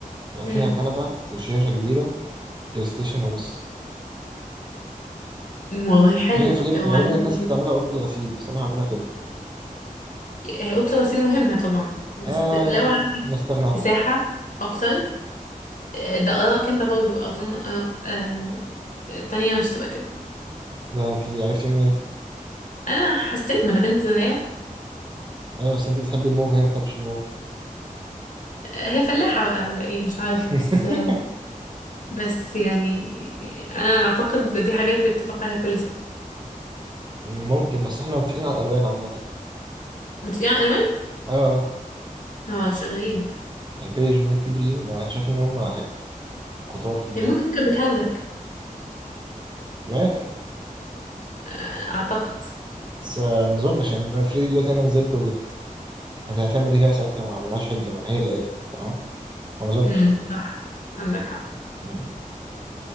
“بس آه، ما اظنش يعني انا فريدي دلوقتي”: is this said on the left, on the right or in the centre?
Right